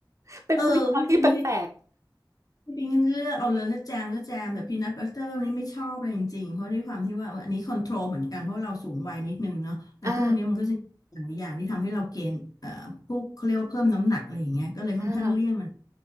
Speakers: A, on the right; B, on the left.
A: เป็นมื้อเช้าที่แปลก
B: เออพี่มิ้นพี่ พี่ปิงเลือกเอาเลยก็แจมก็แจมแบบพีนัทบัตเตอร์นี่ไม่ชอบเลยจริงๆเพราะด้วยความที่ว่าอันนี้คอนโทรลเหมือนกันเพราะเราสูงวัยนิดนึงเนาะไอ้พวกเนี้ยมันก็จะมีหลายอย่างที่ทำให้เราเกณฑ์เอ่อพวกเขาเรียกว่าเพิ่มน้ำหนักอะไรอย่างเงี้ยก็เลยค่อนข้างเลี่ยงมัน
A: ๆอ่าอ่า